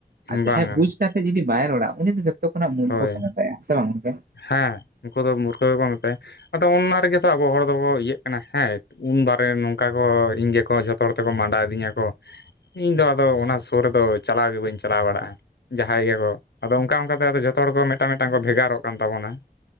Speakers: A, on the right; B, on the left.
A: ᱟᱨ ᱡᱟᱦᱟᱸᱭ
B: ᱵᱟᱝ ᱜᱟᱱᱚᱜᱼᱟ
A: ᱵᱩᱡᱽ ᱠᱟᱛᱮᱫ ᱡᱩᱫᱤ ᱵᱟᱭ ᱨᱚᱲᱟ ᱩᱱᱤ ᱫᱚ ᱡᱚᱛᱚ ᱡᱚᱛᱚ ᱠᱷᱚᱱᱟᱜ ᱢᱩᱨᱠᱷᱚ
B: ᱦᱳᱭ
A: ᱢᱮᱛᱟᱭᱟ ᱥᱮ ᱵᱟᱝ ᱜᱚᱝᱠᱮ?
B: ᱦᱮᱸ ᱩᱱᱠᱩ ᱫᱚ ᱢᱩᱨᱠᱷᱟᱹ ᱜᱮᱠᱚ ᱢᱮᱛᱟᱭᱟ᱾ ᱟᱫᱚ ᱚᱱᱟ ᱨᱮᱜᱮ ᱛᱚ ᱟᱵᱚ ᱦᱚᱲ ᱫᱚᱠᱚ ᱤᱭᱟᱹᱜ ᱠᱟᱱᱟ ᱦᱮᱸ ᱩᱱ ᱵᱟᱨᱮ ᱱᱚᱝᱠᱟ ᱠᱚ ᱤᱧ ᱜᱮ ᱠᱚ ᱡᱷᱚᱛᱚ ᱦᱚᱲ ᱛᱮᱠᱚ ᱢᱟᱸᱰᱟ ᱤᱫᱤᱧᱟ ᱠᱚ ᱤᱧ ᱫᱚ ᱟᱫᱚ ᱚᱱᱟ ᱥᱩᱨ ᱨᱮᱫᱚ ᱪᱟᱞᱟᱣ ᱜᱮ ᱵᱟᱹᱧ ᱪᱟᱞᱟᱣ ᱵᱟᱲᱟᱜᱼᱟ᱾ ᱡᱟᱦᱟᱸᱭ ᱜᱮᱠᱚ ᱟᱫᱚ ᱚᱱᱠᱟ ᱚᱱᱠᱟ ᱛᱮ ᱟᱫᱚ ᱡᱷᱚᱛᱚ ᱦᱚᱲ ᱠᱚ ᱢᱤᱫᱴᱟᱝ ᱢᱤᱫᱴᱟᱝ ᱠᱚ ᱵᱷᱮᱜᱟᱨᱚᱜ ᱠᱟᱱ ᱛᱟᱵᱚᱱᱟ᱾